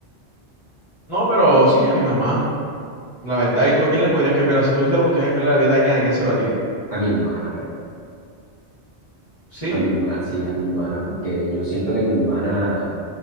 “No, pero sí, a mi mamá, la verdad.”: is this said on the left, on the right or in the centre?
Left